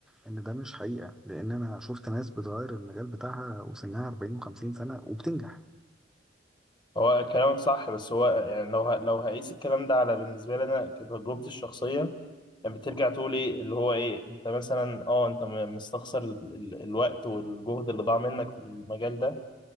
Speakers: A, in the centre; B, on the left.
A: ان ده مش حقيقة لان انا شفت ناس بتغير المجال بتاعها وسنها 40 و50 سنة وبتنجح
B: هو كلامك صح بس هو يعني لو ه... لو هقيس الكلام ده على بالنسبه لي انا كتجربتي الشخصيه يعني بترجع
A: آه،
B: تقول ايه اللي هو ايه انت مثلا اه انت م- مستخسر ال... ال... الوقت والجهد اللي ضاع منك في المجال ده